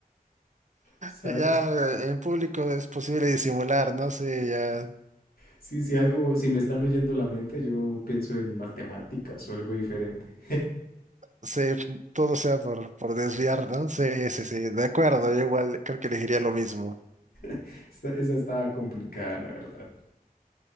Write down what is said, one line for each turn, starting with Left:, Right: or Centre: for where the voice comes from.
Left: ¿Sabes?
Right: Ya eh, en público es posible disimular, ¿no? Sí, ya
Left: Sí, si algo, si me están leyendo la mente, yo pienso en matemáticas o algo diferente.
Right: sé, todo sea por, por desviar, ¿no? Sí, sí, sí, de acuerdo, yo igual creo que elegiría lo mismo.
Left: <laughs> Esta- esa estaba complicada, la verdad.